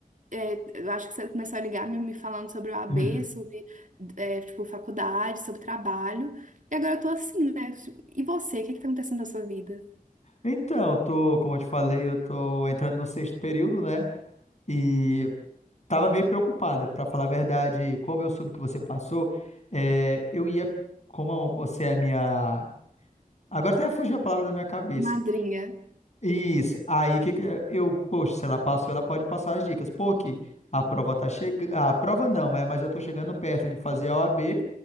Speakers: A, on the right (about 60°); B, on the left (about 50°).
A: é, eu acho que você começou a ligar me, me falando sobre o AB,
B: <laughs>
A: sobre, é, tipo, faculdade, sobre trabalho. E agora eu tô assim, né? Tipo, E você, o que é que tá acontecendo na sua vida?
B: Então, tô, como eu te falei, eu tô entrando no sexto período, né? E tava meio preocupada, pra falar a verdade, como eu soube que você passou, é, eu ia, como você é a minha Agora até fugiu a palavra da minha cabeça.
A: Madrinha.
B: Isso. Aí que que é? eu, poxa, se ela passou, ela pode passar as dicas. Porque a prova tá chegando. A prova não, né? Mas eu tô chegando perto de fazer a OAB